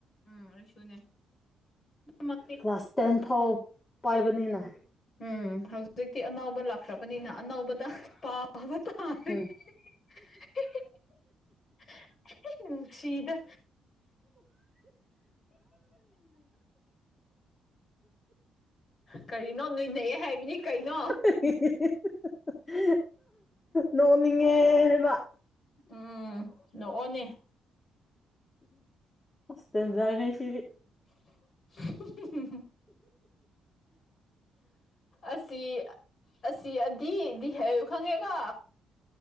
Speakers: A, on the left; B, on the left.
A: ꯎꯝ ꯑꯗꯨꯁꯨꯨꯅꯦ ꯔ
B: ꯀ꯭ꯂꯥꯁ ꯇꯦꯟ ꯐꯥꯎ ꯄꯥꯏꯕꯅꯤꯅ
A: ꯎꯝ ꯍꯧꯖꯤꯛꯇꯤ ꯑꯅꯧꯕ ꯂꯥꯛꯈ꯭ꯔꯕꯅꯤꯅ aꯑꯅꯧꯕꯗ ꯄꯕ ꯇꯥꯔꯦꯅꯨꯡꯁꯤꯗ
B: ꯎꯝ
A: ꯀꯔꯤꯅꯣ ꯅꯣꯏꯅꯩꯌꯦ ꯍꯥꯏꯕꯅꯤ ꯀꯩꯅꯣ
B: <unintelligible> ꯅꯣꯅꯤꯡꯉ ꯋꯥ
A: ꯎꯝ ꯅꯣꯛꯑꯣꯅꯦ
B: ꯑꯁꯦꯟꯖꯥꯅꯦꯦꯁꯤꯔꯤ
A: <unintelligible> ꯑꯁꯤ ꯑꯁꯤ ꯑꯗꯨꯗꯤꯗꯤ ꯍꯥꯏꯌꯨ ꯈꯪꯉꯦꯒ